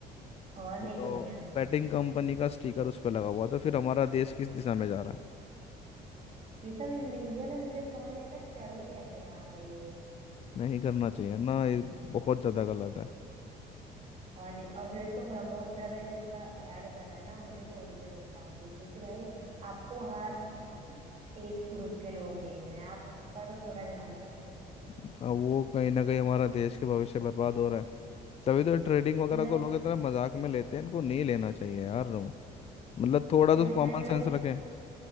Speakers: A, on the right (about 40°); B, on the left (about 35°).
A: और नहीं
B: वो तो
A: तो क्या
B: बैटिंग कंपनी का स्टिकर उस पर लगा हुआ तो फिर हमारा देश किस दिशा में जा रहा है
A: ये सब इलीगल है मुझे समझ नहीं आता चल कैसे रहा है ये
B: नहीं करना चाहिए ना ये बहुत ज्यादा गलत है
A: और नहीं और जो इसको प्रमोट कर रहे हैं जो इसका ऐड कर रहे हैं ना मुझे तो उनपे गुस्सा आती है क्योंकि भाई आपको हर एज ग्रुप के लोग देख रहे हैं आप उसका तो थोड़ा ध्यान रखिए
B: अब वो कहीं ना कहीं हमारा देश के भविष्य बर्बाद हो रहा है तभी तो ट्रेडिंग वगैरह
A: मतलब
B: को लोग इतना मजाक में लेते हैं इनको नहीं लेना चाहिए यार मतलब थोड़ा
A: जब
B: तो
A: इतने
B: कॉमन
A: बड़े
B: सेंस रखें